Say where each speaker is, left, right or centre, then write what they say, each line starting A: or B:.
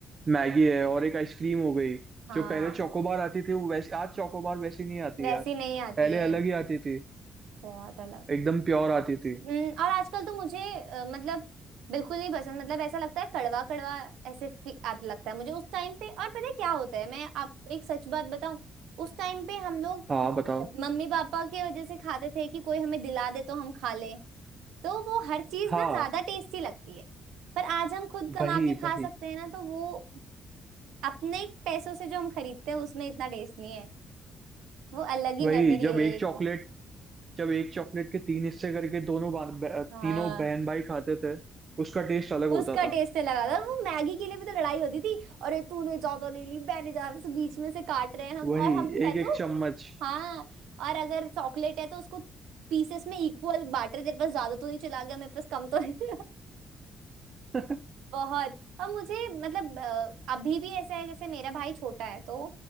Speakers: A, on the right; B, on the right.
A: मैगी है और एक आइसक्रीम हो गई
B: हाँ
A: जो पहले चोकोबार आती थी वो वैसे आज चोकोबार वैसी नहीं आती
B: वैसी
A: यार
B: नहीं आती
A: पहले
B: है
A: अलग ही आती थी
B: बहुत अलग
A: एकदम प्योर आती थी
B: हम्म और आजकल तो मुझे अ, मतलब बिल्कुल नहीं पसंद मतलब ऐसा लगता है कड़वा कड़वा ऐसे फी- आने लगता है मुझे उस टाइम पे और पता है क्या होता है मैं आप एक सच बात बताऊं उस टाइम पे हम लोग
A: हाँ बताओ
B: मम्मी पापा के वजह से खाते थे कि कोई हमें दिला दे तो हम खा लें तो वो हर चीज
A: हाँ
B: ना ज्यादा टेस्टी लगती है पर आज हम खुद कमा
A: वही
B: के खा
A: वही
B: सकते हैं ना तो वो अपने पैसों से जो हम खरीदते हैं उसमें इतना टेस्ट नहीं वो अलग ही
A: वही
B: मेमोरी
A: जब
B: है
A: एक
B: एक
A: चॉकलेट जब एक चॉकलेट के तीन हिस्से करके दोनों बा- ब-
B: हाँ
A: तीनों बहन भाई खाते थे उसका टेस्ट अलग होता
B: उसका
A: था
B: टेस्ट लगा था और वो मैगी के लिए भी तो लड़ाई होती थी अरे तूने ज्यादा ले ली मैंने ज्यादा से बीच में से काट रहे हैं हम
A: वही
B: और हम मैं
A: एक
B: तो
A: एक चम्मच
B: हाँ और अगर चॉकलेट है तो उसको पीसेस में इक्वल बांट रहे थे बस ज्यादा तो नहीं चला गया मेरे पास कम तो नहीं गया।
A: <laughs>
B: बहुत और मुझे मतलब अ, अभी भी ऐसा है जैसे मेरा भाई छोटा है तो